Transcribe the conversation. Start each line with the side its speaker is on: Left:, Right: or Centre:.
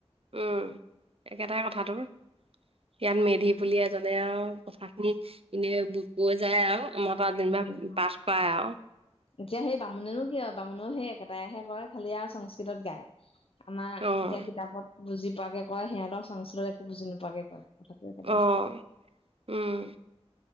Right: উম, একেটাই কথাটো ইয়াত মেধি
Left: উম,
Right: বুলি এজনে আৰু কথা খিনি এনেই কৈ যায় আৰু আমাৰ তাত যেনিবা
Left: উম।
Right: পাঠ কৰাই আৰু।
Left: এতিয়া সেই বামুনেনো কি আওঁ বামুণৰ সেই একেটাইহে কয় খালি আৰু সংস্কৃতত গায়। আমাৰ
Right: অ',
Left: এতিয়া কিতাপত বুজি পোৱাকে কয়, সিহঁতৰ সংস্কৃত। একো বুজি নোপোৱাকৈ কয় কথাটো একেটাই।
Right: অ', উম।